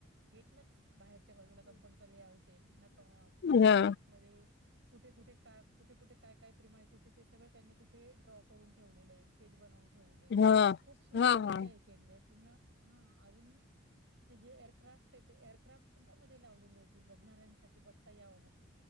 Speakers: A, on the right; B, on the left.
A: गेटलाच बाहेरच्या बाजूला कंपनीचा ले आउट आहे पु्हा पूर्ण
B: हा
A: टाउनशिपमध्ये कुठे कुठे काय कुठे कुठे काय काय प्रिमासेस आहे ते सगळं त्यांनी तिथे ड्रॉ करून ठेवलेलं आहे. ेज बनवून ठेवलेले
B: हा
A: खूप सुंदर
B: हा
A: रित्या
B: हा
A: हे केले पनण हा अजून जे एअरक्राफ्ट आहे ते एअरक्राफ्ट सुद्धा मध्ये लावलेले आहे की बघणाऱ्यांसाठी बघता या